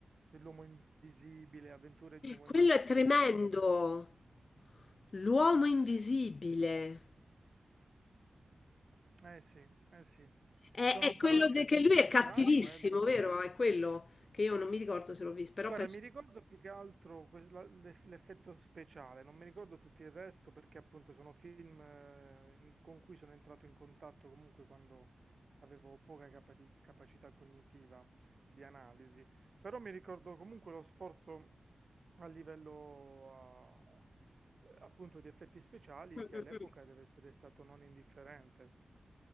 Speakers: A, on the right (about 45°); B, on the left (about 55°).
A: dell'uomo invisibile, avventure di un uomo
B: Quello
A: invisibile.
B: è tremendo. L'uomo invisibile.
A: Eh sì, eh sì.
B: È,
A: Sono
B: è quello
A: però effetti
B: de- che lui
A: speciali
B: è cattivissimo,
A: quelli.
B: vero? È quello che io non mi ricordo se l'ho visto, però
A: Guarda,
B: penso
A: mi ricordo
B: di sì.
A: più che altro que- la- l'eff- l'effetto speciale, non mi ricordo tutto il resto perché appunto sono film eh, in- con cui sono entrato in contatto comunque quando avevo poca capati- capacità cognitiva di analisi, però mi ricordo comunque lo sforzo a livello ah, eh, appunto di effetti speciali
B: Mm,
A: che
B: mm,
A: all'epoca
B: mm.
A: deve essere stato non indifferente.